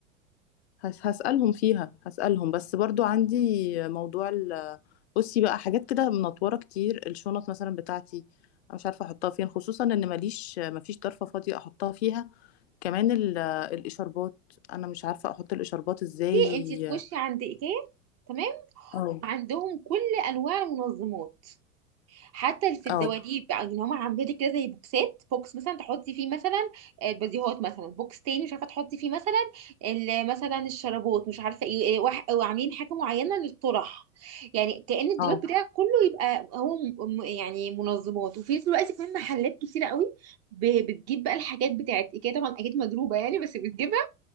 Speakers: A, on the left (about 50°); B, on the right (about 35°).
A: هس- هسألهم فيها هسألهم بس برضو عندي موضوع ال بصي بقى حاجات كده منطورة كتير الشنط مثلا بتاعتي أنا مش عارفة أحطها فين خصوصا إن ماليش مفيش ضرفة فاضية أحطها فيها كمان ال- الإشاربات أنا مش عارفة أحط الإشاربات إزاي
B: انت تخشي عند ايكيا تمام
A: اه
B: وعندهم كل انواع المنظمات حتى في الدواليب
A: اه
B: بقى ان هم عاملين لك كده زي بوكسات بوكس مثلا تحطي فيه مثلا البديهات مثلا بوكس تاني مش عارفه تحطي فيه مثلا ال- مثلا الشرابات مش عارفه ايه إيه، وح- وعاملين حاجه معينه للطرح يعني كأن الدولاب
A: اه
B: بتاعك كله يبقى هو م- م- يعني منظمات وفي نفس الوقت كمان محلات كتيره قوي ب- بتجيب بقى الحاجات بتاعت ايكيا طبعا اكيد مضروبه يعني بس بتجيبها